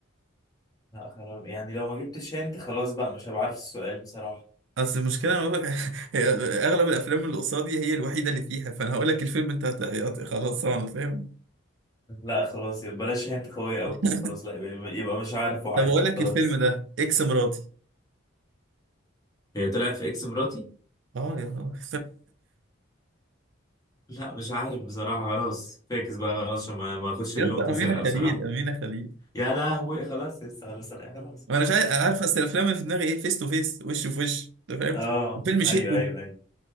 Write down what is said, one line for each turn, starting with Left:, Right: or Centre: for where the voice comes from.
Left: لا خلاص يعني لو ما جبتش انت خلاص بقى مش هبقى عارف السؤال بصراحه
Right: اصل المشكله أنا بقولك <laughs> هي اغلب الافلام اللي قصادي هي الوحيده اللي فيها فانا هقول لك الفيلم انت هت- هت- خلاص انا فاهم
Left: لا خلاص يبقى بلاش هي انت قوية قوي
Right: <laughs>
Left: كده خلاص لا يبقى يبقى مش عارف وعادي
Right: طب اقول لك
Left: خلاص
Right: الفيلم ده اكس مراتي
Left: هي طلعت في اكس مراتي
Right: اه يا نهار
Left: لا مش عارف بصراحة خلاص فاكس بقى خلاص عشان ما ما
Right: <laughs>
Left: اخدش
Right: يا
Left: النقطة
Right: اسطى امينه
Left: سرقة
Right: خليل
Left: بصراحة
Right: امينه خليل
Left: يا لهوي خلاص يس خلاص انا خلاص خلاص
Right: انا مش عارف أنا عارف
Left: خلاص
Right: اصل الافلام اللي في دماغي ايه فيس تو فيس وش في وش انت فاهم
Left: اه
Right: الفيلم شقه
Left: ايوه ايوه ايوه